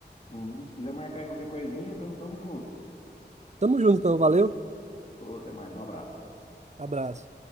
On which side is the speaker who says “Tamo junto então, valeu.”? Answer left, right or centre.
Right